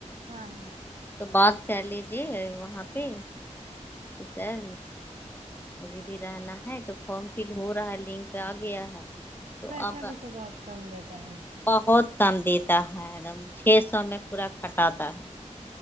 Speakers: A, on the right; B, on the left.
A: ہائے
B: تو بات کر لیجیے وہاں پہ کی سر مجھے بھی رہنا ہے تو فارم فل ہو رہا ہے لنک آ گیا ہے تو
A: پیسہ
B: آپ
A: بھی تو بہت کم دیتا ہے اس میں
B: بہت کم دیتا ہے ایک دم چھ سو میں پورا کھٹاتا ہے